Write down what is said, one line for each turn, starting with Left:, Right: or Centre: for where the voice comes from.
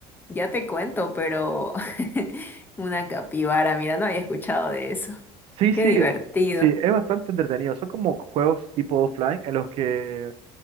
Left: ya te cuento, pero <laughs> una capibara, mira, no había escuchado de eso.
Right: Sí,
Left: Qué
Right: sí,
Left: divertido.
Right: sí, es bastante entretenido. Son como juegos tipo offline en los que